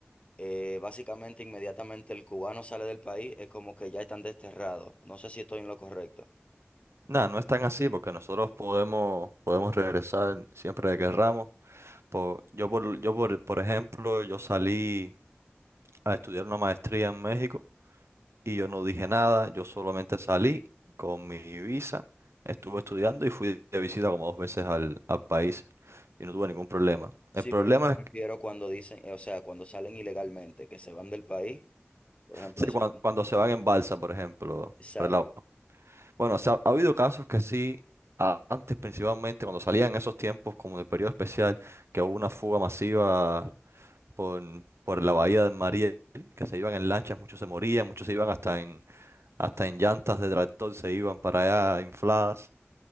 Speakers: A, on the left; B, on the right.
A: eh, básicamente inmediatamente el cubano sale del país, es como que ya están desterrados. No sé si estoy en lo correcto.
B: Nada, no es tan así porque nosotros podemos, podemos regresar siempre que querramos. Por- yo, por, yo por, por ejemplo, yo salí a estudiar una maestría en México y yo no dije nada, yo solamente salí con mi visa, estuve estudiando y fui de visita como dos veces al, al país y no tuve ningún problema.
A: Sí,
B: El problema
A: pero yo me
B: es que,
A: refiero cuando dicen, eh, o sea, cuando salen ilegalmente, que se van del país, por ejemplo,
B: sí,
A: así.
B: cuan- cuando, se van en balsa, por ejemplo,
A: Exacto.
B: para el lado Bueno, o sea, ha habido casos que sí, a- antes principalmente, cuando salían esos tiempos, como del periodo especial, que hubo una fuga masiva por, por la bahía de Mariel, que se iban en lanchas, muchos se morían, muchos se iban hasta en, hasta en llantas de tractor, se iban para allá infladas.